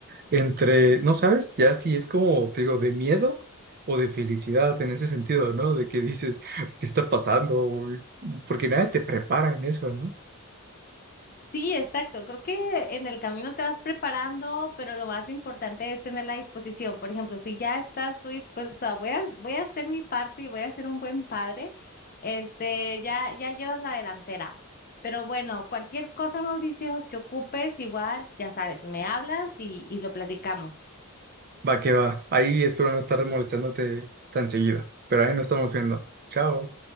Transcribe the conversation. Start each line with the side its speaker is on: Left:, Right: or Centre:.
Right: entre, no sabes, ya si es como, te digo, de miedo o de felicidad en ese sentido, ¿no? De que dices, <laughs> ¿qué está pasando? O- Porque nadie te prepara en eso, ¿no?
Left: Sí, exacto. Creo que en el camino te vas preparando, pero lo más importante es tener la disposición. Por ejemplo, si ya estás tú dispuesto a voy a, voy a hacer mi parte y voy a ser un buen padre, este, ya, ya llevas la delantera. Pero bueno, cualquier cosa, Mauricio, que ocupes, igual, ya sabes, me hablas y, y lo platicamos.
Right: Va que va. Ahí espero no estar molestándote tan seguido, pero ahí nos estamos viendo. Chao.